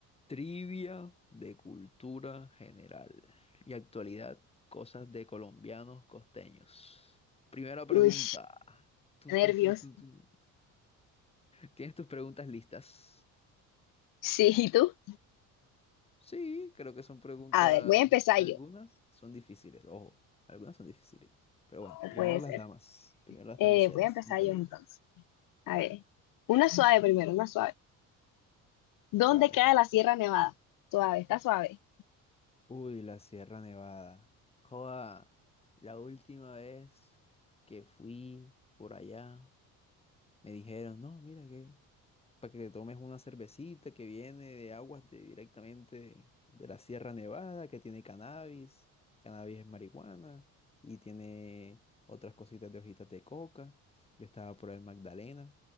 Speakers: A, on the left (about 20°); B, on the left (about 75°).
A: Trivia de cultura general y actualidad, cosas de colombianos costeños. Primera pregunta.
B: Uy,
A: Tun,
B: nervios.
A: tun, tun, tun, tun. ¿Tienes tus preguntas listas?
B: Sí, ¿y tú?
A: Sí, creo que son preguntas.
B: A ver, voy a empezar
A: Algunas
B: yo,
A: son difíciles, ojo, algunas son difíciles. Pero bueno,
B: no
A: primero
B: puede
A: las
B: ser.
A: damas, primero las
B: Eh,
A: damiselas
B: voy a empezar
A: en peligro.
B: yo entonces. A
A: Listo.
B: ver, una suave primero, una suave. ¿Dónde
A: Suave,
B: queda
A: suave.
B: la Sierra Nevada? Suave, está suave.
A: Uy, la Sierra Nevada. Joda, la última vez que fui por allá. Me dijeron, no, mira que para que te tomes una cervecita que viene de aguas de- directamente de la Sierra Nevada, que tiene cannabis, cannabis es marihuana y tiene otras cositas de hojitas de coca. Yo estaba por el Magdalena.